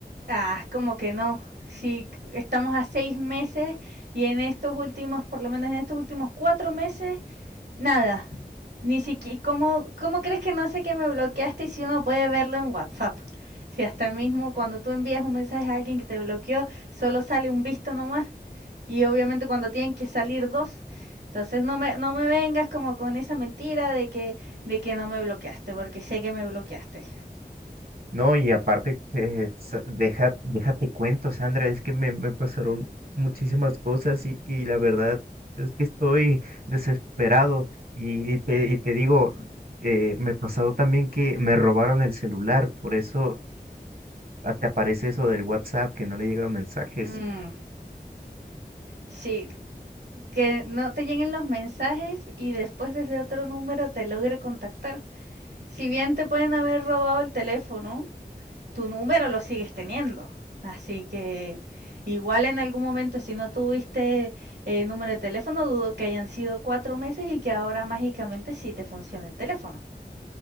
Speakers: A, on the right; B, on the right.
A: Ah, como que no. Si estamos a seis meses y en estos últimos, por lo menos en estos últimos cuatro meses, Nada, ni siquiera, ¿cómo, ¿cómo crees que no sé que me bloqueaste si uno puede verlo en WhatsApp? Si hasta mismo cuando tú envías un mensaje a alguien que te bloqueó, solo sale un visto nomás. Y obviamente cuando tienen que salir dos. Entonces no me, no me vengas como con esa mentira de que, de que no me bloqueaste, porque sé que me bloqueaste.
B: No, y aparte, eh, sa- deja, déjate cuento, Sandra, es que me, me pasaron muchísimas cosas y, y la verdad es que estoy desesperado. Y, y te, y te digo, eh, me pasó también que me robaron el celular, por eso Ah, Te aparece eso del WhatsApp que no le llegan los mensajes.
A: Mm, sí, que no te lleguen los mensajes y después desde otro número te logre contactar. Si bien te pueden haber robado el teléfono, tu número lo sigues teniendo. Así que igual en algún momento, si no tuviste eh, número de teléfono, dudo que hayan sido cuatro meses y que ahora mágicamente sí te funcione el teléfono.